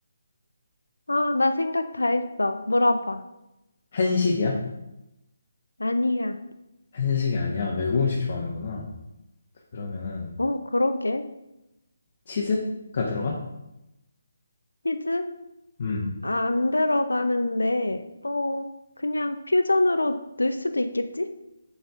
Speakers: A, on the left; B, on the left.
A: 아, 나 생각 다 했어. 물어봐.
B: 한식이야?
A: 아니야.
B: 한식이 아니야. 외국 음식 좋아하는구나. 그러면은
A: 어, 그러게.
B: 치즈가 들어가?
A: 히즈
B: 음.
A: 아, 안 들어가는데, 또, 그냥 퓨전으로 넣을 수도 있겠지?